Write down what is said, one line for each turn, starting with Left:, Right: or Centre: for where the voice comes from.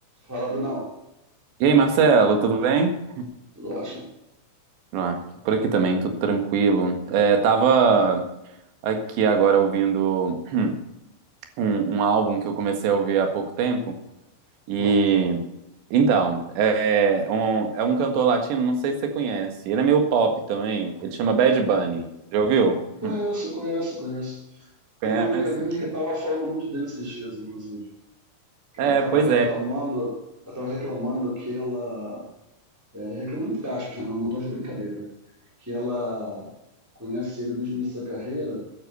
Centre: Fala, Brunão.
Right: E aí, Marcelo, tudo bem?
Centre: Tudo ótimo.
Right: Ah, por aqui também, tudo tranquilo. É, tava aqui agora ouvindo <clears throat> um, um álbum que eu comecei a ouvir há pouco tempo. E
Centre: Qual?
Right: então, é é um, é um cantor latino, não sei se você conhece. Ele é meio pop também. Ele chama Bad Bunny. Já ouviu?
Centre: Conheço,
Right: <laughs>
Centre: conheço, conheço. Tem
Right: Conhece?
Centre: uma amiga minha que estava falando muito dele esses dias, inclusive. Que
Right: É,
Centre: Ela estava
Right: pois
Centre: reclamando,
Right: é.
Centre: ela tava reclamando que ela, é, reclamando entre aspas, né? Não, não tô de brincadeira, né? Que ela conhece ele desde o início da carreira